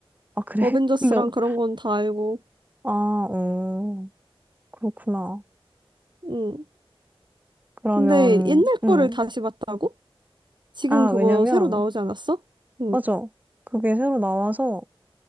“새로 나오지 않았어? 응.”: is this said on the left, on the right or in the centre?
Right